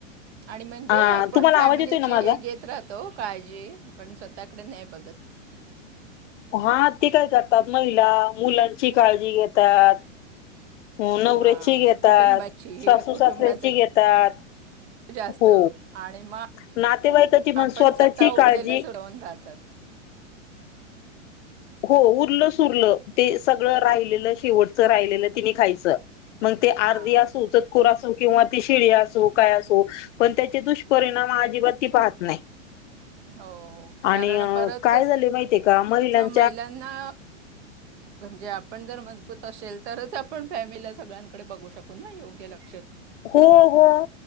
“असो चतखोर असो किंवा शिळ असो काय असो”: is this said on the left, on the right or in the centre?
Left